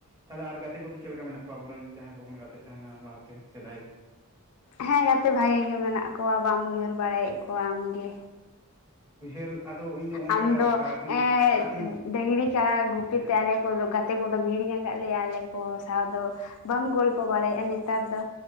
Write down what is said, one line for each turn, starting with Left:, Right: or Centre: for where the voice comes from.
Right: ᱛᱟᱦᱚᱞᱮ ᱟᱨ ᱜᱟᱛᱮ ᱠᱚᱫᱚ ᱪᱮᱫ ᱞᱮᱠᱟ ᱢᱮᱱᱟᱜ ᱠᱚᱣᱟ? ᱟᱵᱚᱨᱮᱱ ᱡᱟᱦᱟᱸᱭ ᱠᱚᱵᱚᱱ ᱜᱟᱛᱮᱜ ᱛᱟᱦᱮᱱᱟ ᱞᱟᱦᱟᱛᱮ ᱥᱮᱫᱟᱭ
Left: ᱦᱮᱸ ᱜᱟᱛᱮ ᱵᱷᱟᱜᱤ ᱜᱮ ᱢᱮᱱᱟᱜ ᱠᱚᱣᱟ, ᱵᱟᱢ ᱩᱭᱦᱟᱹᱨ ᱵᱟᱲᱟᱭᱮᱫ ᱠᱚᱣᱟ ᱟᱢᱜᱮ᱾
Right: ᱩᱭᱦᱟᱹᱨ ᱟᱫᱚ ᱤᱧ ᱚᱱᱠᱟ
Left: ᱟᱢ ᱫᱚ
Right: ᱠᱟᱲᱟ ᱠᱩᱧ
Left: ᱮᱻ
Right: ᱠᱟᱲᱟ ᱠᱩᱧ
Left: ᱰᱟᱝᱨᱤ ᱠᱟᱲᱟ ᱜᱩᱯᱤ
Right: ᱦᱮᱸ
Left: ᱛᱮ ᱟᱞᱮ ᱜᱟᱛᱮ ᱠᱚᱫᱚᱢ ᱦᱤᱲᱤᱧ ᱟᱠᱟᱫ ᱞᱮᱭᱟ᱾ ᱟᱞᱮ ᱠᱚ ᱥᱟᱶ ᱫᱚ ᱵᱟᱢ ᱜᱚᱞᱯᱚ ᱵᱟᱲᱟᱭᱮᱫᱼᱟ ᱱᱮᱛᱟᱨ ᱫᱚ᱾